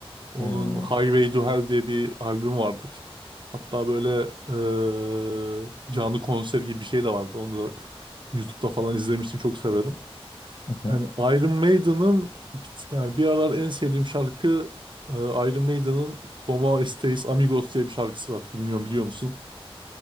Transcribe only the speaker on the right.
Onun
Highway
to Hell diye bir albüm vardır. Hatta böyle eee, canlı konser gibi bir şey de vardı. Onu da YouTube'da falan izlemiştim. Çok severim.
Yani Iron Maiden'ın yani bir aralar en sevdiğim şarkı eee, Iron Maiden'ın Como Estais Amigos diye bir şarkısı var. Bilmiyorum biliyor musun?